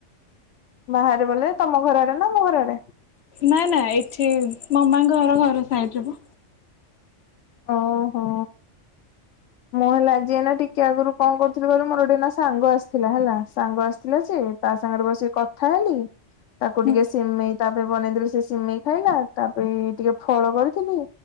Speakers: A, on the left; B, on the left.
A: ବାହାରେ ବଲେ ତମ ଘର ଆଡେ ନା ମମ ଘର ଆଡେ?
B: ନା ନା ଏଠି ମାମାଙ୍କ ଘର ଘର ସାଇଟି ରେପା
A: ଓ ହୋ ମୁଁ ହେଲା ଆଜି ଏଇନା ଟିକେ ଆଗରୁ କଣ କରୁଥିଲି ଏବେ ମୋର ଗୋଟେ ଏଇନା ସାଙ୍ଗ ଆସିଥିଲା ହେଲା ସାଙ୍ଗ ଆସିଥିଲା ସେ ତା ସାଙ୍ଗରେ ବସିକି କଥା ହେଲି ତାକୁ
B: ହଁ
A: ଟିକେ ସିମେଇ ତାପ ବନେଇଦେଲି ସେ ସିମେଇ ଖାଇଲା ତାପ ଟିକେ ଫଳ କରିଥିଲି